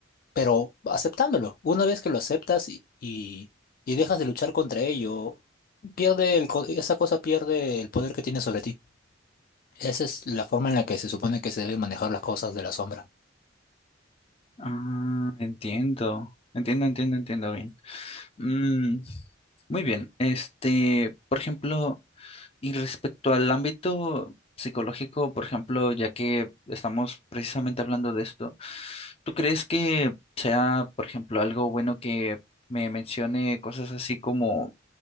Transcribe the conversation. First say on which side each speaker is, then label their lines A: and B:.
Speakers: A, on the left; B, on the left.
A: pero aceptándolo. Una vez que lo aceptas y, y, y dejas de luchar contra ello, pierde el, co- esa cosa pierde el poder que tiene sobre ti. Esa es la forma en la que se supone que se deben manejar las cosas de la sombra.
B: ah, entiendo, entiendo, entiendo, entiendo bien. Mm, muy bien. Este, por ejemplo, y respecto al ámbito psicológico, por ejemplo, ya que estamos precisamente hablando de esto, ¿tú crees que sea, por ejemplo, algo bueno que me mencione cosas así como,